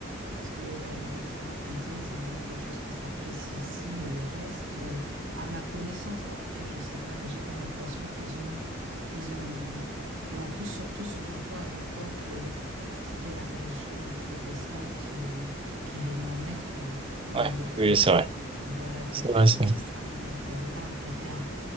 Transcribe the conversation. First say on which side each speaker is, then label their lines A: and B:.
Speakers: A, on the right (about 70°); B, on the right (about 25°).
A: Parce que la nourriture an- indienne, c'est vraiment quelque chose qui s'apprécie ici, mais le reste, euh, à ma connaissance, après, je sais pas, mais j'ai pas l'impression qu'ils ont eu, ils ont, et en plus, surtout, souviens-toi, à l'époque, euh, c'était la religion protestante qui, qui régnait en maître en, en
B: Ouais,
A: Angleterre.
B: oui, c'est vrai.
A: Voilà, donc
B: C'est vrai,
A: ils savaient
B: c'est vrai.
A: pas, ouais, ils savaient pas intérêt à,